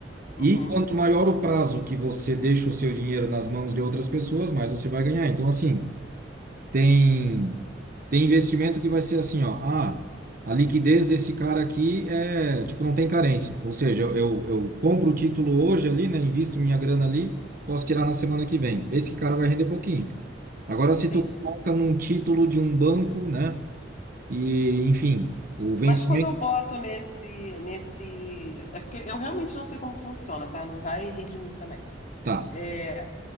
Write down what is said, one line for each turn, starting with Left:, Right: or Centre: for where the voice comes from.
Left: Uhum,
Right: E quanto maior o prazo que você deixa o seu dinheiro nas mãos de outras pessoas, mais você vai ganhar. Então, assim, tem, tem investimento que vai ser assim, ó. Ah, a liquidez desse cara aqui é, tipo, não tem carência. Ou seja, eu, eu, eu compro o título hoje ali, né? Invisto minha grana ali, posso tirar na semana que vem. Esse cara vai render pouquinho. Agora, se tu
Left: entendi.
Right: coloca num título de um banco, né? E, enfim, o vencimento
Left: Mas quando eu boto nesse, nesse. É porque eu realmente não sei como funciona, tá? Não vai rir de mim também.
Right: tá,
Left: É,